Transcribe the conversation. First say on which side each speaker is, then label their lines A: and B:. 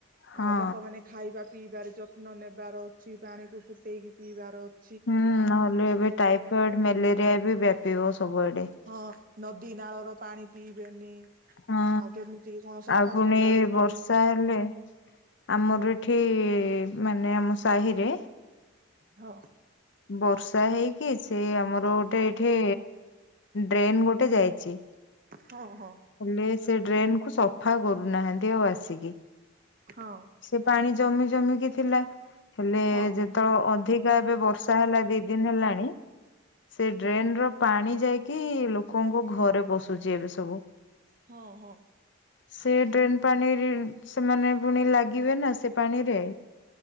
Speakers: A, on the left; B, on the right.
A: ହଁ
B: ଆଉ ଲୋକମାନୋନ ଖାଇବା ପିଇବାର ଯତ୍ନ ନେବାର ଅଛି ପାଣି କ ଫୁଟେଇକି ପିଇବାର ଅ
A: ହୁଁ ନହେଲେ ଏବେ ଟାଇଫଏଡ ମ୍ୟାଲେରିଆ ବି ବ୍ୟାପିବ ସବୁଆଡେ।
B: ହଁ ନଦୀ ନାଳ ର ପାଣି ପିଇବେନି।
A: ହଁ
B: ଆଉ କେମିତି କଣ ସଫାସୁତୁରା
A: ଆଉ ପୁଣି
B: ରହିବେ
A: ବର୍ଷା ହେଲେ। ଆମର ଏଠି ମାନେ ଆମ ସାହିରେ।
B: ହଁ।
A: ବର୍ଷା ହେଇକି ସେ ଆମର ଗୋଟେ ଏଇଠି ଡ୍ରେନ୍ ଗୋଟେ ଯାଇଚି।
B: ହଁ ହଁ।
A: ହେଲେ ସେ ଡ୍ରେନ କୁ ସଫା କରୁନାହାନ୍ତି ଆଉ ଆସିକି।
B: ହଁ।
A: ସେ ପାଣି ଜମି ଜମି କିି ଥିଲା ହେଲେ
B: ହଁ
A: ଯେତେ ଅ ଅଧିକା ଏବେ ବର୍ଷା ହେଲା ଦି ଦିନ ହେଲାଣି ସେ ଡ୍ରେନ ର ପାଣି ଯାଇକି ଲୋକଙ୍କ ଘରେ ପସୁଛି ଏବେ ସବୁ।
B: ହଁ ହଁ।
A: ସେ ଡ୍ରେନ ପାଣି ସେମାନେ ପୁଣି ଲାଗିବେ ନା ସେ ପାଣିରେ।